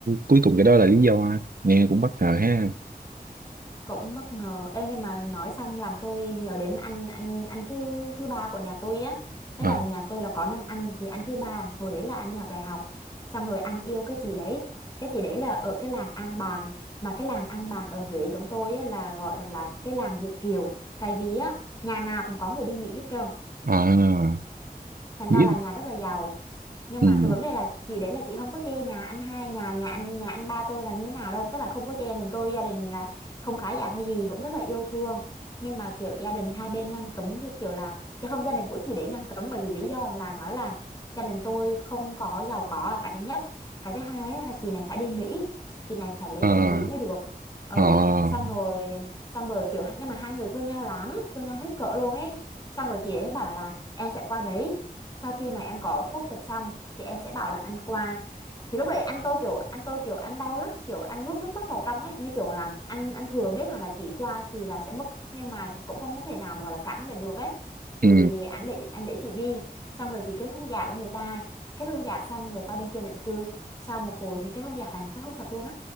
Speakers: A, on the right (about 65°); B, on the left (about 25°).
A: cuối cùng cái đó là lý do nghe cũng bất ngờ ha
B: cũng bất ngờ Ê, nhưng mà nói xong làm tôi nhớ đến anh anh anh thứ thứ ba của nhà tôi á tức
A: à,
B: là nhà tôi là có năm anh thì anh thứ ba hồi đấy là anh đi học đại học xong rồi anh yêu cái chị đấy cái chị đấy là ở cái làng An Bàng mà cái làng An Bàng ở Huế chúng tôi á, là gọi rằng là cái làng Việt Kiều tại vì á nhà nào cũng có người đi Mỹ hết trơn
A: à
B: thành
A: biết
B: ra là nhà rất là giàu nhưng
A: ừ
B: mà cái vấn đề là chị đấy là chị không có chê nhà anh hai nhà nhà anh nhà anh ba tôi là như thế nào đâu tức là không có chê gia đình tôi gia đình là không khá giả hay gì vẫn rất là yêu thương nhưng mà kiểu gia đình hai bên ngăn cấm theo kiểu là chứ không gia đình của chị đấy ngăn cấm bởi vì lý do là nói là gia đình tôi không có giàu có là cái thứ nhất cái thứ hai á là chị này phải đi Mỹ chị này phải lấy
A: à
B: chồng Mỹ mới được ừ
A: à
B: xong rồi xong rồi kiểu nhưng mà hai người thương nhau lắm thương nhau hết cỡ luôn ấy xong rồi chị ấy mới bảo là em sẽ qua đấy sau khi mà em có quốc tịch xong thì em sẽ bảo là ăn qua thì lúc đấy anh tôi kiểu anh tôi kiểu ăn đau lắm kiểu ăn nuốt nước mắt vào trong ấy như kiểu là anh anh thừa biết là là chỉ qua thì là sẽ mất nhưng mà cũng không có thể nào mà gọi là cản để được ấy thì
A: ừ
B: anh để anh để chị đi xong rồi thì kết hôn giả với người ta kết hôn giả xong rồi qua bên kia định cư sau một hồi thì kết hôn giả thành kết hôn thật luôn